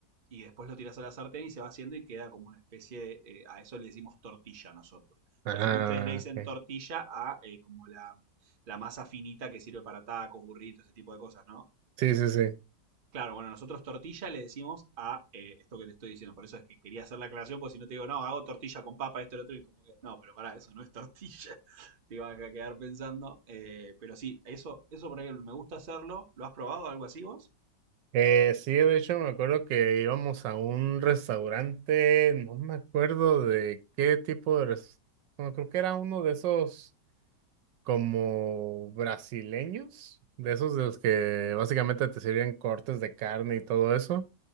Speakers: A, on the right; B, on the right.
A: y después lo tiras a la sartén y se va haciendo y queda como una especie de, eh, a eso le decimos tortilla nosotros.
B: ah,
A: Yo sé que ustedes le dicen
B: ok.
A: tortilla a eh, como la, la masa finita que sirve para tacos, burritos, ese tipo de cosas, ¿no?
B: sí, sí, sí,
A: Claro, bueno, nosotros tortilla le decimos a eh, esto que te estoy diciendo. Por eso es que quería hacer la aclaración, porque si no te digo, no, hago tortilla con papa, esto, lo otro, y como que, no, pero pará, eso no es tortilla. <laughs> Te ibas a quedar pensando. Eh, pero sí, eso, eso por ahí me gusta hacerlo. ¿Lo has probado algo así vos?
B: Eh, sí, de hecho me acuerdo que íbamos a un restaurante, no me acuerdo de qué tipo de restaurante, creo que era uno de esos como brasileños, de esos de los que básicamente te sirven cortes de carne y todo eso.